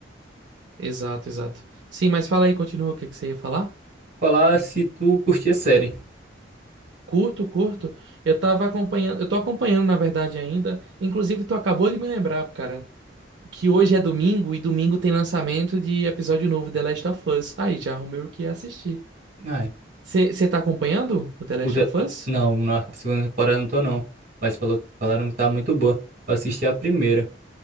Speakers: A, on the right; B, on the right.
A: exato, exato. Sim, mas fala aí, continua o que que você ia falar?
B: Falar se tu curtia a série.
A: Curto, curto. Eu tava acompanhando, eu tô acompanhando, na verdade, ainda. Inclusive, tu acabou de me lembrar, cara, que hoje é domingo e domingo tem lançamento de episódio novo de The Last of Us. Aí, já arrumei o que assistir.
B: Ai,
A: Você tá acompanhando o The Last
B: o da-
A: of Us?
B: não, na segunda temporada não tô não, mas falou, falaram que tá muito boa. Eu assisti a primeira,